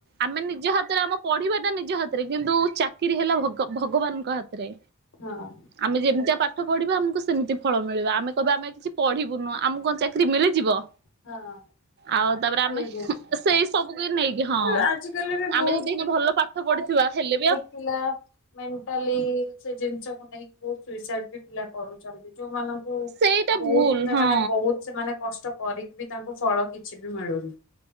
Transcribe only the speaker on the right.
ଆମେ ନିଜ ହାତରେ ଆମ ପଢିବା ଟା ନିଜ ହାତରେ କିନ୍ତୁ ଚାକିରି ହେଲା ଭଗବାନଙ୍କ ହାତରେ।
ଆମେ ଯେମିତିଆ ପାଠ ପଢିବା ଆମକୁ ସେମିତି ଫଳ ମିଳିବ ଆମେ କହିବା ଆମେ କିଛି ପଢିବୁନୁ ଆମକୁ କଣ ଚା କିରି ମିଳିଯିବ।
ଆଉ ତାପରେ ଆମେ
ସେଇ ସବୁ କି ନେଇକି ହଁ
ଆମେ ଯଦି ଭଲ ପାଠ ପଢିଥିବା ହେଲେ ବି ଆଉ
ସେଇଟା
ଭୁଲ
ହଁ